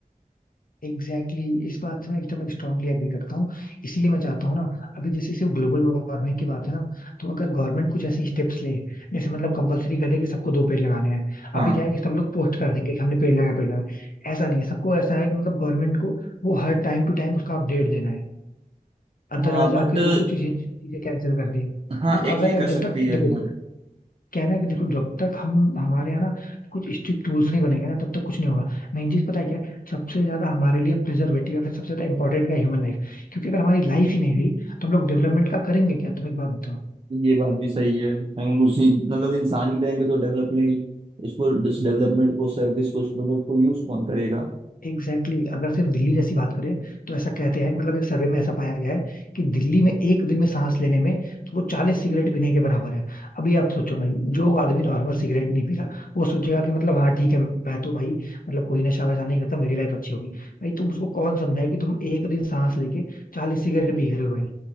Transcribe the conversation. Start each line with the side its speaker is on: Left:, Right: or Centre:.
Left: एग्जैक्टली exactly, इस बात से मैं एकदम स्ट्रांगली एग्री करता हूँ इसीलिए मैं चाहता हूँ ना अभी जैसे सिर्फ ग्लोबल वार्मिंग की बात है ना तो अगर गवर्नमेंट कुछ ऐसे स्टेप्स ले जैसे मतलब कंपलसरी कर दे कि सबको दो पेड़ लगाने हैं
Right: हाँ
Left: अभी क्या है कि सब लोग पोस्ट कर देंगे कि हमने पेड़ लगाया पेड़ लगाया ऐसा नहीं है सबको ऐसा है कि मतलब गवर्नमेंट को वो हर टाइम टू टाइम उसका अपडेट देना है अदरवाइज
Right: हाँ बट
Left: आपके वो कुछ चीजें कैंसिल कर दे
Right: हाँ
Left: देखो
Right: एक
Left: अगर
Right: ये कर
Left: जब
Right: सकती
Left: तक
Right: है
Left: देखो
Right: हाँ
Left: क्या है ना कि देखो जब तक हम हमारे यहाँ ना कुछ स्ट्रिक्ट रूल्स नहीं बनेंगे ना तब तक कुछ नहीं होगा मेन चीज पता है क्या है सबसे ज्यादा हमारे लिए प्रिजर्वेटिव या फिर सबसे ज्यादा इंपॉर्टेंट क्या है, ह्यूमन लाइफ क्योंकि अगर हमारी लाइफ ही नहीं रही तो हम लोग डेवलपमेंट का करेंगे क्या तुम एक बात बताओ
Right: ये बात भी सही है हम उसी मतलब इंसान ही देंगे तो डेवलपमेंट उसको इस डेवलपमेंट को सर्विस को उस प्रोडक्ट को यूज कौन करेगा
Left: एग्जैक्टली exactly, अगर सिर्फ दिल्ली जैसी बात करें तो ऐसा कहते हैं मतलब एक सर्वे में ऐसा पाया गया है कि दिल्ली में एक दिन में सांस लेने में तो वो चालीस सिगरेट पीने के बराबर है अभी आप सोचो भाई जो आदमी नॉर्मल सिगरेट नहीं पी रहा वो सोचेगा कि मतलब हाँ ठीक है मैं तो भाई मतलब कोई नशा वशा नहीं करता मेरी लाइफ अच्छी होगी भाई तुम उसको कौन समझाए कि तुम एक दिन सांस लेके चालीस सिगरेट पी रहे हो भाई